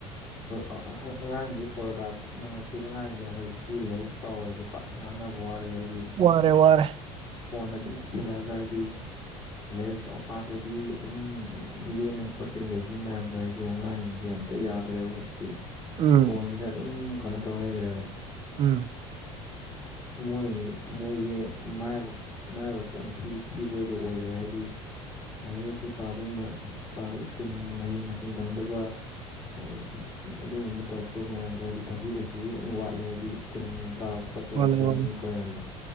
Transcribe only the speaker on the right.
ꯋꯥꯔꯦ ꯋꯥꯔꯦ
ꯎꯝ
ꯎꯝ
ꯋꯥꯠꯂꯦ ꯋꯥꯠꯂꯦ